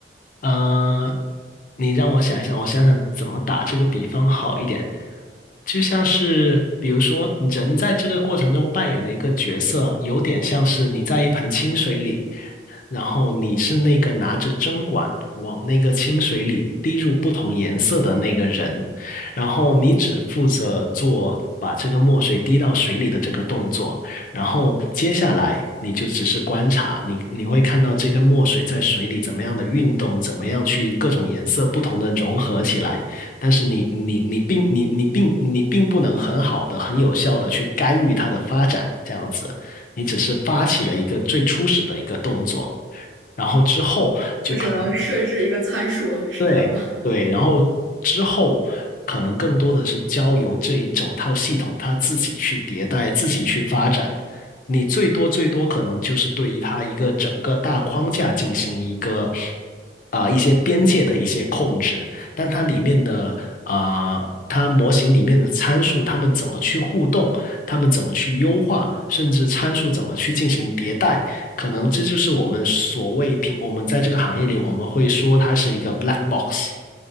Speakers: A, on the left; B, on the right.
A: 呃，你让我想一想，我想想怎么打这个比方好一点。就像是比如说，人在这个过程中扮演的一个角色，有点像是你在一盆清水里。然后你是那个拿着针管往那个清水里滴入不同颜色的那个人，然后你只负责做把这个墨水滴到水里的这个动作，然后接下来你就只是观察，你你会看到这个墨水在水里怎么样的运动，怎么样去各种颜色不同的融合起来，但是你你你并你你并你并不能很好的、很有效的去干预它的发展，这样子。你只是发起了一个最初始的一个动作，然后之后就可能
B: 我只能设置一个参数，是这样吗？
A: 对对，然后之后可能更多的是交由这一整套系统它自己去迭代、自己去发展。你最多最多可能就是对于它一个整个大框架进行一个啊、一些边界的一些控制，但它里面的啊、它模型里面的参数，它们怎么去互动，它们怎么去优化，甚至参数怎么去进行迭代。可能这就是我们所谓平，我们在这个行业里，我们会说它是一个 black box。